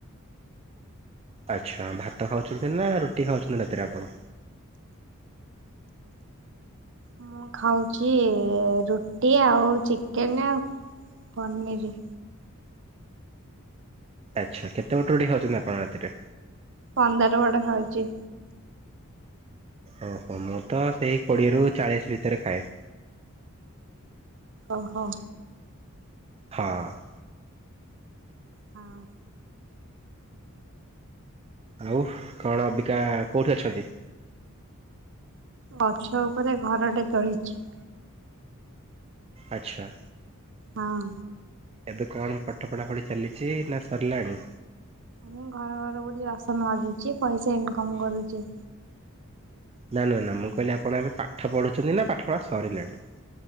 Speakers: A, on the right (about 25°); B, on the right (about 60°).
A: ଆଚ୍ଛା ଭାତ ଖାଉଛନ୍ତି ନା ରୁଟି ଖାଉଛନ୍ତି ରାତିରେ ଆପଣ।
B: ମୁଁ ଖାଉଚି ରୁଟି ଆଉ ଚିକେନେ‌ ପନିରି।
A: ଆଚ୍ଛା କେତେ ପଟ ରୁଟି ଖାଉଛନ୍ତି ଆପଣ ରାତିରେ?
B: ପନ୍ଦର ପଟ ଖାଉଚି।
A: ଓହୋ ମୁଁ ତ ସେଇ କୋଡିଏରୁୁ ଚାଳିଶ ଭିତେରେ ଖାଏ।
B: ଓହୋ।
A: ହଁ।
B: ହଉ।
A: ଆଉ କଣ ଅବିକା କୋଉଠି ଅଛ କି?
B: ଗଛ ଉପରେ ଘରଟେ ତୋଳିଛି।
A: ଆଚ୍ଛା।
B: ହଁ।
A: ଏବେ କଣ ପାଠ ପଢା ପଢି ଚାଲିଛି ନା ସରିଲାଣି?
B: ମୁଁ ଘର ଘର ବୁଲି ବାସନ ମାଜୁଚି ପଇସା ଇନକମ୍ କରୁଚି।
A: ନା ନା ନା ମୁଁ କହିଲି ଆପଣ ଏବେ ପାଠ ପଢୁଛନ୍ତି ନା ପାଠ ପଢା ସରିଲାଣି?